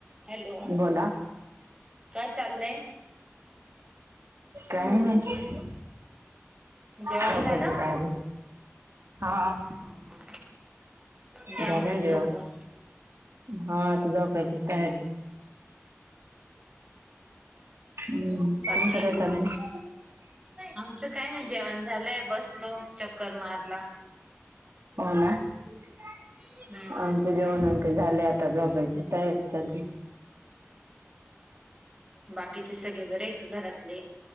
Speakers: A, on the right (about 20°); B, on the right (about 65°).
A: हॅलो
B: बोला
A: काय चाललंय
B: काही नाही
A: जेवण
B: हपयज
A: झालं
B: तयार हा
A: ह घ्या
B: झालं
A: मग
B: ना जेवण
A: झोपून
B: हा आता झोपायची तयारी हम्म तुमचं
A: बाकी
B: काय चाललंय?
A: आमचं काय नाही जेवण झालंय बसलो चक्कर मारला
B: हो ना अ
A: हम्म
B: जेवण ते झाले आता झोपायची तयारी चाली
A: बाकीचे सगळे बरे का घरातले